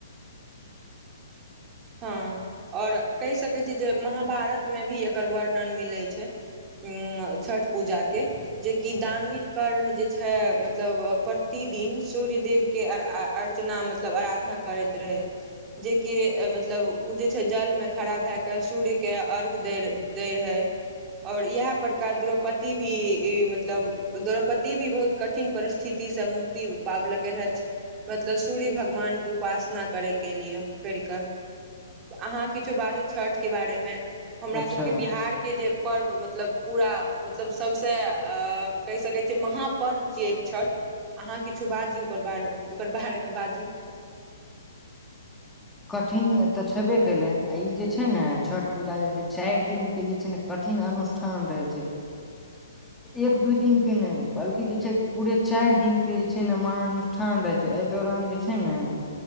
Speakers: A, on the right (about 20°); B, in the centre.
A: हँ और केह सकैत छी जे महाभारत मे भी एकर वर्णन मिलैत छै। हम छठि पूजा के जे कि दानवीर कर्ण जे छै मतलब प्रतिदिन सूर्य देेव के के अर्चना मतलब आराधना करैत रहै जेकि मत मतलब ओ जे छै जलमे खड़ा भए कऽ सूर्यके अर्क दै दैत रहै। और इएह प्रकार द्रौपदी भी मतलब द्रौपदी भी बहुत कठिन परिस्थिति सँ मुक्ति पाबैलेके ने छल मतलब सूर्य भगवान के उपासना करै के लियै केर कऽ अहाँ किछो बाजू छठ के बारे मे हमरा
B: अच्छा
A: सबके बिहारके जे पर्व मतलब पूरा मतलब सबसे अ कहि सकै छियै महापर्व छियै एक छैठ अहाँ किछो बाजू ओकर, ओकर बारे मे बाजू
B: कठिन तऽ छेबे कलै आ ई जे छै ने छठ पूजा जे छै चार दिन के जे छै ने कठिन अनुष्ठान रहै छै। एक दू दिन के ने बल्कि जे छै पूरे चार दिन के जे छै ने महानुश ठान रहै छै अय दौरान जे छै ने